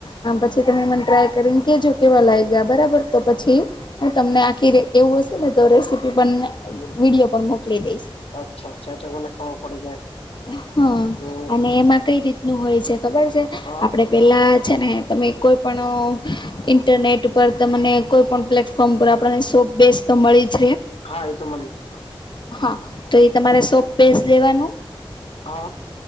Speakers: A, on the left (about 55°); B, on the left (about 90°).
A: આમ પછી તમે મને ટ્રાય કરીને કેજો કેવા લાયગા બરાબર તો પછી હું તમને આખી એવું હશે ને તો રેસીપી પણ વિડીયો પણ મોકલી દઈશ.
B: અચ્છા અચ્છા ઓને તો ખબર પડી જાય
A: હા
B: હ
A: અને એમાં કઈ રીતનું હોય છે ખબર છે
B: હા
A: આપડે પેલા છે ને તમે કોઈ પણઅ ઇન્ટરનેટ પર તમને કોઈ પ્લેટફોર્મ પર આપણને સોપ બેસ તો મળી જ.
B: હા એ તો મનેચ્છ.
A: હા. તો એ તમારે સોપ પેસ્ટ લેવાનું.
B: હા.